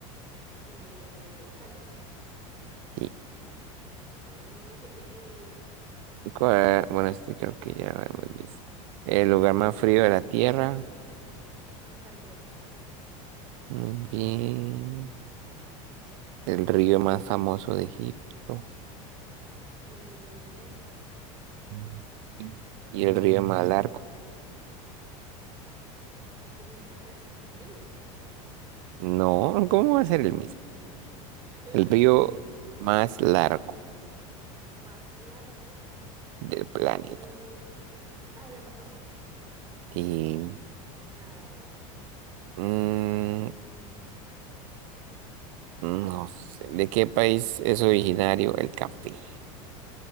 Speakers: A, on the right; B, on the right.
A: Eh, Italia.
B: Sí.
A: Ey,
B: ¿Cuál- Bueno, este creo que ya lo hemos visto. El lugar más frío de la Tierra.
A: Antártida.
B: Muy bien. El río más famoso de Egipto.
A: El Nilo.
B: Mm. ¿Y el río más largo?
A: Uy, no sé. El Nilo.
B: No,
A: No.
B: ¿cómo va a ser el mismo?
A: El
B: El
A: no
B: río
A: sé, güey.
B: más largo
A: Más largo. <gasps> El
B: del planeta.
A: río. Ah, el Amazonas.
B: Y,
A: Ah, muy bien. muy bien.
B: mm, no sé. ¿De qué país es originario el café?